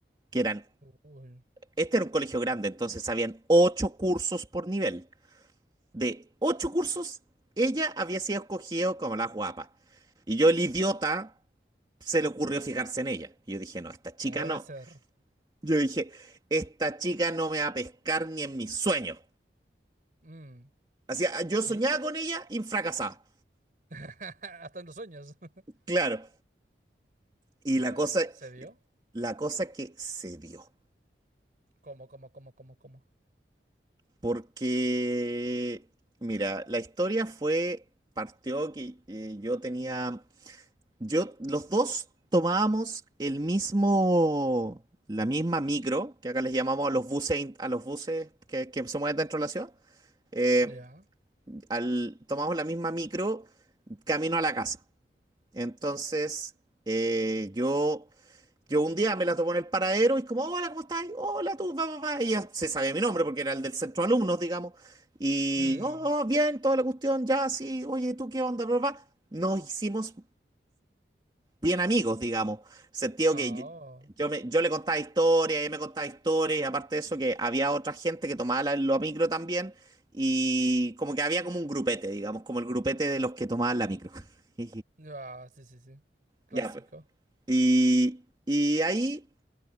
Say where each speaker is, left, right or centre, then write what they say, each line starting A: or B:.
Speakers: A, on the right (about 25°); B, on the right (about 45°).
A: que eran,
B: Uy,
A: este era un colegio grande, entonces habían ocho cursos por nivel. De ocho cursos, ella había sido escogida como la guapa. Y yo, el idiota, se le ocurrió fijarse en ella. Y yo dije, no, esta chica
B: como debe
A: no.
B: ser.
A: Yo dije, esta chica no me va a pescar ni en mis sueños.
B: Mm,
A: Así, yo soñaba
B: ¿Y?
A: con ella y fracasaba.
B: <laughs> Hasta en los sueños. <laughs>
A: Claro. Y
B: ¿Y pero
A: la cosa,
B: se dio?
A: la cosa que se dio.
B: ¿Cómo, cómo, cómo, cómo, cómo?
A: Porque, mira, la historia fue, partió que eh, yo tenía, yo, los dos tomábamos el mismo, la misma micro, que acá les llamamos a los buses, in- a los buses que, que se mueven dentro de la ciudad, eh,
B: Ya.
A: al, tomamos la misma micro camino a la casa. Entonces, eh, yo yo un día me la topo en el paradero y es como, hola, ¿cómo estás? Hola, tú, va, va, va. Y ella se sabía mi nombre porque era el del centro de alumnos, digamos. Y,
B: Mm.
A: oh, oh, bien, toda la cuestión, ya, sí, oye, ¿tú qué onda? Bla, bla, bla. Nos hicimos bien amigos, digamos. En el sentido
B: Ah,
A: que yo,
B: oh.
A: yo me- yo le contaba historias, ella me contaba historias, y aparte de eso, que había otra gente que tomaba la, la micro también. Y como que había como un grupete, digamos, como el grupete de los que tomaban la micro. <laughs>
B: Ah, sí, sí, sí. Clásico.
A: Ya, pues. Y, y ahí.